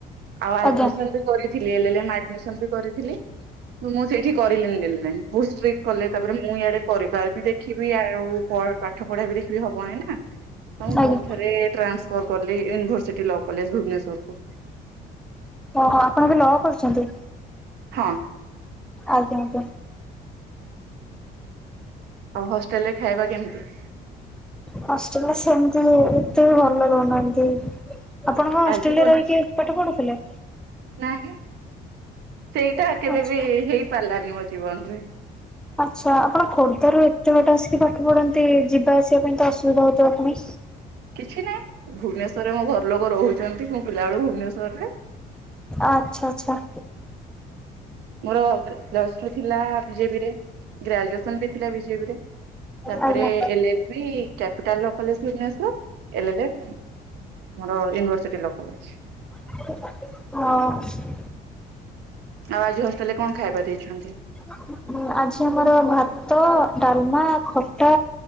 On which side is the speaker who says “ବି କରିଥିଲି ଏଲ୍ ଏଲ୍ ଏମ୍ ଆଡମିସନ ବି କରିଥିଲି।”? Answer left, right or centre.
Right